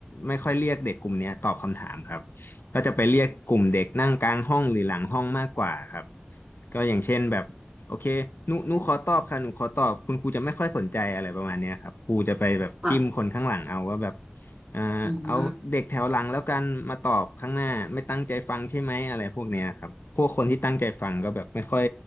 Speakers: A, on the left; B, on the right.
A: ไม่ค่อยเรียกเด็กกลุ่มเนี้ยตอบคำถามครับก็จะไปเรียกกลุ่มเด็กนั่งกลางห้องหรือหลังห้องมากกว่าครับก็อย่างเช่นแบบโอเคหนูหนูขอตอบค่ะหนูขอตอบคุณครูจะไม่ค่อยสนใจอะไรประมาณเนี้ยครับครูจะไปแบบจิ้มคนข้างหลังเอาว่าแบบ
B: ค่ะ
A: เอ่อเอาเด็กแถวหลังแล้วกันมาตอบข้างหน้าไม่ตั้งใจฟังใช่ไหมอะไรพวกเนี้ยครับพวกคนที่ตั้งใจฟังก็แบบไม่ค่อย
B: อืม